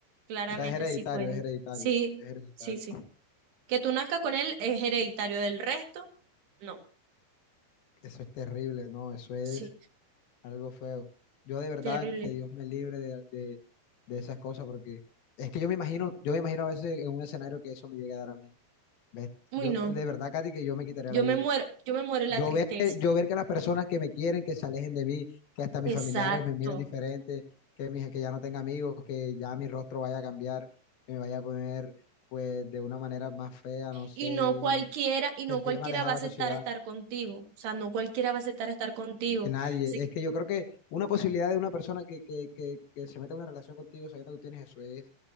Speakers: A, on the right; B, on the left.
A: claramente
B: O sea, es hereditario,
A: sí puede.
B: es hereditario,
A: Sí,
B: es hereditario.
A: sí, sí. Que tú nazcas con él es hereditario, del resto, no.
B: Eso es terrible, no, eso es
A: Sí,
B: algo feo. Yo de verdad
A: terrible.
B: que Dios me libre de, de, de esas cosas, porque es que yo me imagino, yo me imagino a veces en un escenario que eso me llegue a dar a mí. ¿Ves?
A: Uy,
B: Yo,
A: no,
B: de verdad, Katy, que yo me quitaría
A: yo
B: la vida.
A: me muero, yo me muero de
B: Yo
A: la tristeza.
B: ver, que- yo ver que las personas que me quieren, que se alejen de mí, que hasta mis
A: Exacto.
B: familiares me miren diferente, que, mis, que ya no tenga amigos, que ya mi rostro vaya a cambiar, que me vaya a poner pues de una manera más fea, no sé,
A: Y no
B: y
A: cualquiera, y no
B: sentirme
A: cualquiera
B: alejado
A: va a
B: de
A: aceptar
B: la sociedad.
A: estar contigo. O sea, no cualquiera va a aceptar estar contigo.
B: Que nadie.
A: Así
B: Es que yo creo que una posibilidad de una persona que, que, que, que se meta en una relación contigo sabiendo que tienes eso es